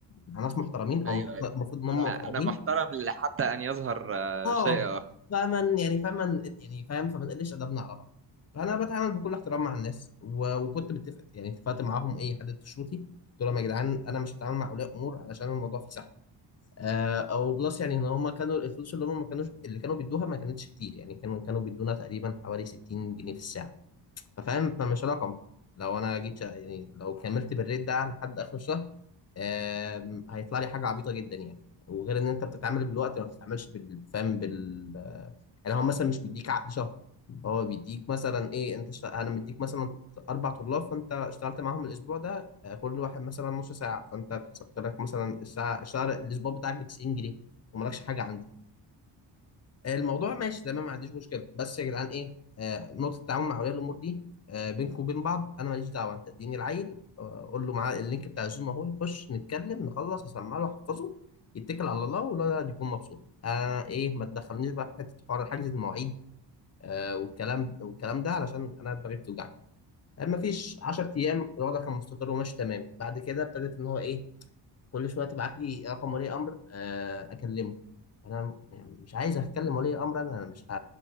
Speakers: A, on the left (about 35°); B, on the right (about 30°).
A: مع ناس محترمين او
B: ايوه
A: المفروض
B: ايوه
A: المفروض ان هم
B: انا
A: محترمين
B: انا محترم حتى ان يظهر آه،
A: اه
B: شيء
A: فمن يعني فمن يعني فاهم فما نقلش ادبنا على بعض فانا بتعامل بكل احترام مع الناس و... وكنت متفق يعني اتفقت معاهم ايه حددت شروطي قلت لهم يا جدعان انا مش هتعامل مع اولياء امور علشان الموضوع فيه سحل آه، او بلس يعني ان هم كانوا الفلوس اللي هم ما كانوش اللي كانوا بيدوها ما كانتش كتير يعني كانوا كانوا بيدونا تقريبا حوالي 60 جنيه في الساعه ففاهم فمش رقم لو انا جيت يعني لو كملت بالريت ده لحد اخر الشهر آم، هيطلع لي حاجه عبيطه جدا يعني وغير ان انت بتتعامل بالوقت ما بتتعاملش بال- فاهم بال يعني هو مثلا مش بيديك عقد شهر هو بيديك مثلا ايه انت شت... انا مديك مثلا اربع طلاب فانت اشتغلت معاهم الاسبوع ده آه، كل واحد مثلا نص ساعه فانت اتحسبت لك مثلا الساعه الشهر الاسبوع بتاعك ب 90 جنيه ومالكش حاجه عندي آه، الموضوع ماشي تمام ما عنديش مشكله بس يا جدعان ايه آه، نقطه التعامل مع اولياء الامور دي آه، بينكم وبين بعض انا ماليش دعوه انت اديني العيل آه، قول له معاه اللينك بتاع الزوم اهو يخش نتكلم نخلص اسمع له احفظه يتكل على الله والولد يكون مبسوط انا ايه ما تدخلنيش بقى في حته حوار حجز المواعيد آه، والكلام والكلام ده علشان انا دماغي بتوجعني يعني ما فيش 10 ايام الوضع كان مستقر وماشي تمام بعد كده ابتدت ان هو ايه كل شويه تبعت لي رقم ولي امر آه، اكلمه انا يعني مش عايز اتكلم ولي امر انا انا مش ه...